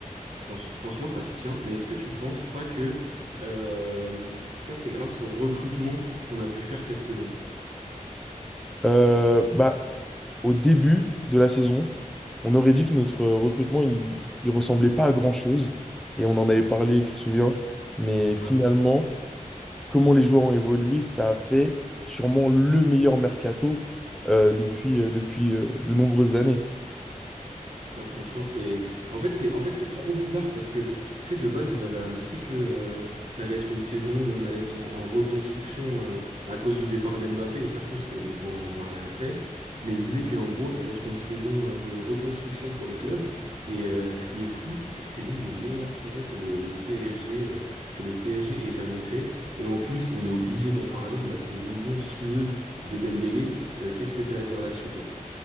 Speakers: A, on the right; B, in the centre.
A: Franch- franchement, ça se tient. Mais est-ce que tu penses pas que euh, ça, c'est grâce au recrutement qu'on a pu faire cette saison?
B: Euh, bah, au début de la saison, on aurait dit que notre euh, recrutement, il, il ressemblait pas à grand-chose. Et on en avait parlé, tu te souviens. Mais
A: Ouais.
B: finalement, comment les joueurs ont évolué, ça a fait sûrement le meilleur mercato euh, depuis, euh, depuis euh, de nombreuses années.
A: Euh, Franchement, c'est en fait c'est en fait c'est trop bizarre parce que tu sais de base ils avaient annoncé que euh, ça allait être une saison où on allait être en, en reconstruction euh, à cause du départ d'Mbappé et ça je pense qu'on pourra en parler après mais ils disaient que en gros ça allait être une saison euh, de reconstruction pour le club et euh, ce qui est fou c'est que c'est l'une des meilleures saisons que le, le PSG euh, que le PSG ait jamais fait et en plus on est obligé d'en parler de la saison monstrueuse de Dembélé Euh, qu'est-ce que t'as à dire là-dessus toi?